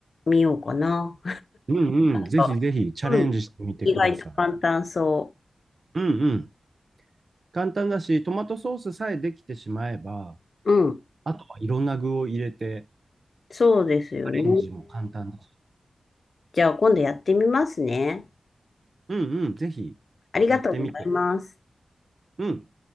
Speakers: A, on the left; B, on the right.
A: みようかな。
B: うんうん。ぜひぜひチャレンジしてみてください。
A: あうん。意外と簡単そ
B: うんうん。簡単だし、トマトソースさえできてしまえば、
A: う。うん。
B: あとはいろんな具を入れて、
A: そうですよね。
B: アレンジも簡単だし。
A: じゃあ今度やってみますね。
B: うんうん、ぜひ
A: ありがとうございます。
B: やってみて。うん。